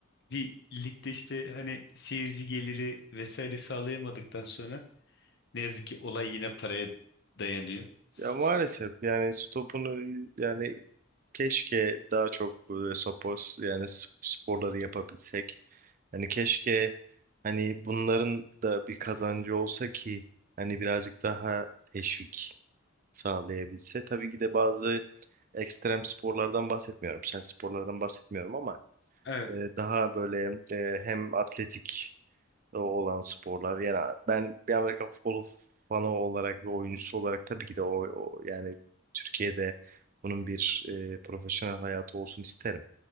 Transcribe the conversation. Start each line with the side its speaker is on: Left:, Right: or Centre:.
Left: Bir ligde işte hani seyirci geliri vesaire sağlayamadıktan sonra ne yazık ki olay yine paraya dayanıyor. <laughs>
Right: Ya maalesef yani stopunu yani keşke daha çok böyle spor yani sp- sporları yapabilsek. Hani keşke hani bunların da bir kazancı olsa ki hani birazcık daha teşvik sağlayabilse. Tabii ki de bazı ekstrem sporlardan bahsetmiyorum. Sert sporlardan bahsetmiyorum ama
Left: Evet.
Right: e, daha böyle e, hem atletik olan sporlar. Yani ben bir Amerika futbolu fanı olarak ve oyuncusu olarak tabii ki de o, o- yani Türkiye'de bunun bir e, profesyonel hayatı olsun isterim.